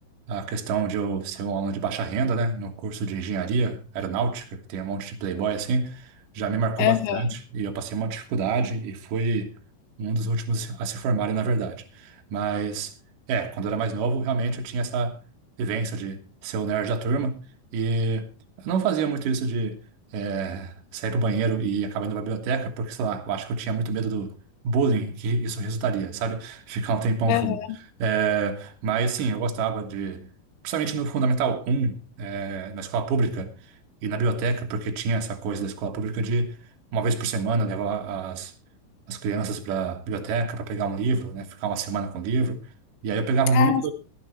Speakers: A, on the right; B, on the left.
A: a questão de eu ser um aluno de baixa renda, né, no curso de engenharia aeronáutica, que tem um monte de playboy assim, já me marcou
B: Aham,
A: bastante e eu passei uma dificuldade e fui um dos últimos a se formarem, na verdade. Mas, é, quando eu era mais novo, realmente eu tinha essa vivência de ser o nerd da turma e eu não fazia muito isso de é, sair pro banheiro e acabar indo pra biblioteca, porque, sei lá, eu acho que eu tinha muito medo do bullying que isso resultaria, sabe? <laughs> Ficar um tempão
B: aham.
A: fora. É, mas sim, eu gostava de, principalmente no Fundamental um eh, na escola pública e na biblioteca, porque tinha essa coisa da escola pública de uma vez por semana levar as, as crianças para biblioteca para pegar um livro, né, ficar uma semana com o livro. E aí eu pegava
B: Ah,
A: muito,